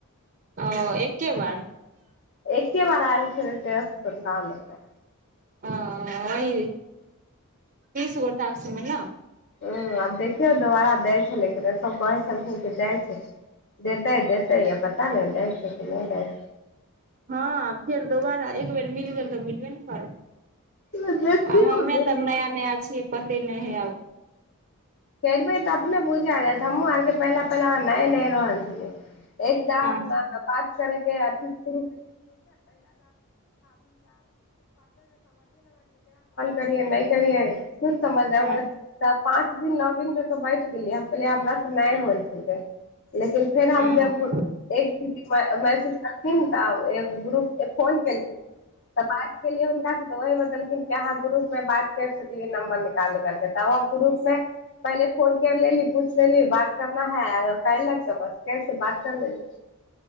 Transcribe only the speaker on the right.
ओ एके बार
ओ ओही तीस गो टास्क मे ना
हँ फेर दोबारा एक बेर मिल गेल तऽ मिलबे ने करत
आब हमे
सब नया नया छियै पते नहि हइ आब
हँ
हँ
हँ